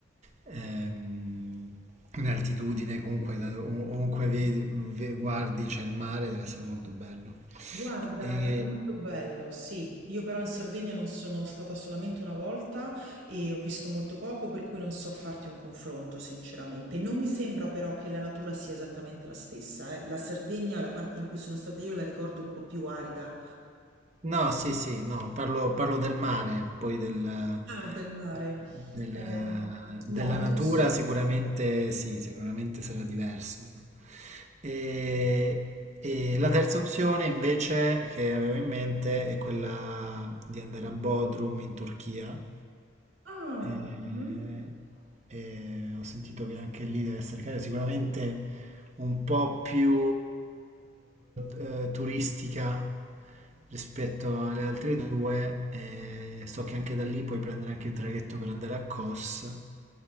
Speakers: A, on the right; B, on the right.
A: ehm, in altitudine, comunque da- ovunque ve- ve- guardi c'è il mare, deve essere molto bello.
B: Guarda,
A: E,
B: è molto bello, sì. Io però in Sardegna non sono stata solamente una volta e ho visto molto poco, per cui non so farti un confronto, sinceramente. Non mi sembra però che la natura sia esattamente la stessa, eh. La Sardegna, la parte in cui sono stata io, la ricordo un po' più arida.
A: No, sì, sì, no, parlo, parlo del mare, poi del,
B: Ah, del mare.
A: del-
B: Eh, no,
A: della natura
B: non so.
A: sicuramente sì, sicuramente sarà diverso. E, e la terza opzione invece che avevo in mente è quella di andare a Bodrum in Turchia.
B: Ah,
A: E,
B: mh-mh.
A: e ho sentito che anche lì deve essere caro, sicuramente un po' più eh, turistica rispetto alle altre due. E so che anche da lì puoi prendere anche il traghetto per andare a Kos,